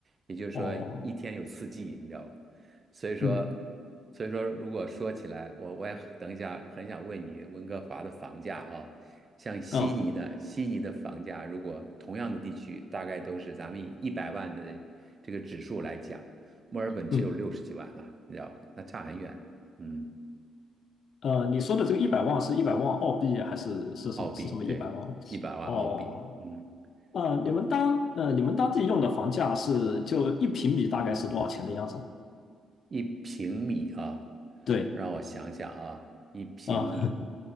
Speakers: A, on the right; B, on the left.
A: 也就是说一天有四季，
B: 哦，
A: 你知道吧？所以说，
B: 嗯，
A: 所以说如果说起来，我我也很等一下很想问你温哥华的房价啊，像悉尼呢，
B: 嗯
A: 悉尼的房价如果同样的地区，大概都是咱们以一百万的这个指数来讲，墨尔本只有六十几万了，
B: 嗯，
A: 你知道吧？那差很远，嗯，
B: 呃，你说的这个一百万是一百万澳币还是是什么是什么一百万？
A: 澳币，对，一百万澳币，
B: 哦，
A: 嗯。
B: 呃，
A: 一
B: 你们当呃你们当地用的房价是就一平米大概是多少钱的样子？
A: 一平米啊，
B: 对，
A: 让我想想啊，一平米，
B: 啊、